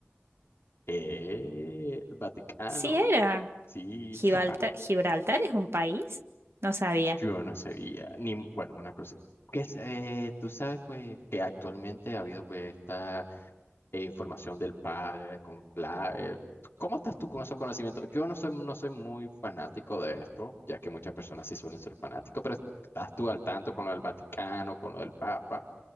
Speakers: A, on the left; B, on the right.
A: Eh, el Vaticano.
B: Sí era.
A: Sí.
B: Gibraltar,
A: Ah,
B: Gibraltar es un país, no sabía.
A: Yo no sabía, ni, bueno, una cosa, que es, eh, tú sabes pues que actualmente ha habido pues esta eh, información del padre con clave. ¿Cómo estás tú con esos conocimientos? Yo no soy, no soy muy fanático de esto, ya que muchas personas sí suelen ser fanáticos, pero ¿estás tú al tanto con lo del Vaticano, con lo del Papa?